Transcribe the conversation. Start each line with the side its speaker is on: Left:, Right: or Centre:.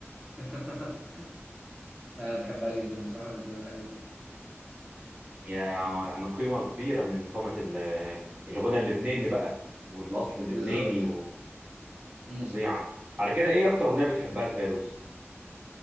Centre: <laughs> انا بحبها جدا بصراحه من زمان قوي برضه
Right: يع- يعني قيمه كبيره من قامه ال- الغنى اللبناني بقى والاصل اللبناني
Centre: بالظبط امم
Right: وفظيعه على كده ايه اكتر اغنيه بتحبها لفيروز